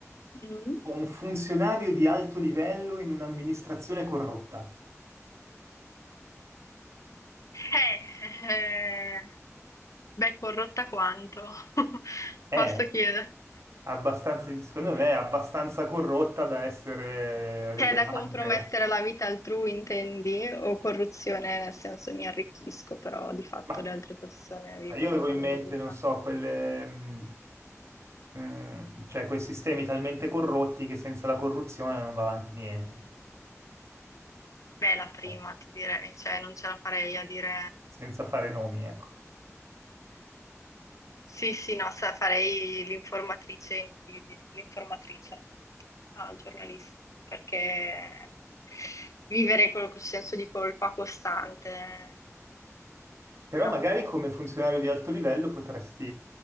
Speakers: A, on the left; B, on the right.
A: Mm.
B: o un funzionario di alto livello in un'amministrazione corrotta?
A: Eh, eh, beh, corrotta quanto, <laughs>
B: È
A: posso chiedere.
B: abbastanza, secondo me, è abbastanza corrotta da essere rilevante.
A: C'è da compromettere la vita altrui, intendi? O corruzione, nel senso mi arricchisco, però di fatto
B: Ma
A: le altre persone vivono
B: io avevo in
A: la loro
B: mente,
A: vita.
B: non so, quelle, mh, mh, cioè quei sistemi talmente corrotti che senza la corruzione non va avanti niente,
A: Beh, la prima,
B: no?
A: ti direi, cioè non ce la farei a dire
B: Senza fare nomi, ecco.
A: Sì, sì, no, sa- farei l'informatrice, di- di- l'informatrice al giornalista, perché vivere con quel senso di colpa costante,
B: Però
A: no.
B: magari come funzionario di alto livello potresti